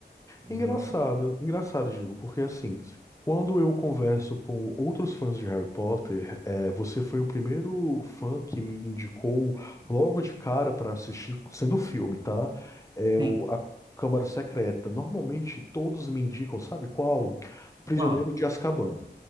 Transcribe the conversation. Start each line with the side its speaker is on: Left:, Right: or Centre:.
Right: e
Left: Engraçado,
Right: Eu,
Left: engraçado, digo, porque assim, quando eu converso com outros fãs de Harry Potter, é, você foi o primeiro fã que me indicou logo de cara para assistir, sendo filme, tá? É
Right: sim,
Left: o, a Câmara Secreta. Normalmente todos me indicam, sabe qual? Prisioneiro
Right: qual?
Left: de Azkaban.